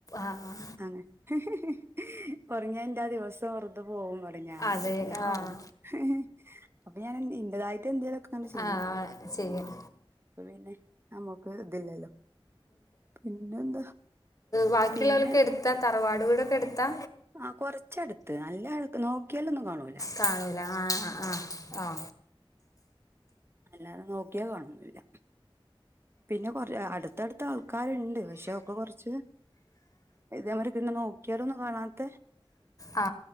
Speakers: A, on the left (about 40°); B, on the right (about 25°).
A: ആഹ്
B: അങ്ങനെ ഹി-ഹി-ഹി-ഹി ഒറങ്ങെ എന്റാ ദിവസം വെറുത് പോകുംപറയും ഞാന്
A: അതെ
B: എന്നിട്ട് ഞാനൊറങ്ങും
A: ആഹ്
B: ഹ് ഹ് അപ്പൊ ഞാൻ ഇന്റെതായി ട്ടെന്തേലൊക്കെങ്ങനെ ചെയ്യും
A: ആഹ് ചെയ്യാം
B: അപ്പൊ പിന്നെ നമ്മുക്ക് ഇതില്ലല്ലോ പിന്നെന്താ
A: ബാക്ക്യുള്ളോലൊക്കെ
B: പിന്നെ
A: എട്ത്താ തറവാട് വീടൊക്കട്ത്താ
B: ആ കൊറച്ചടുത്ത് നല്ല അട് നോക്കിയാലൊന്നും കാണൂല്ലാ
A: കാണൂല ആഹ് ആഹ് ഹ
B: അല്ലാതെ നോക്കിയാ കാണോന്നില്ല പിന്നെ കൊറ അടുത്തടുത്താൾക്കാര്ണ്ട് പഷെ ഒക്കെ കൊറച്ച് ഇതവരക്കെ നോക്കിയാലൊന്നും കാണാത്തെ
A: ആ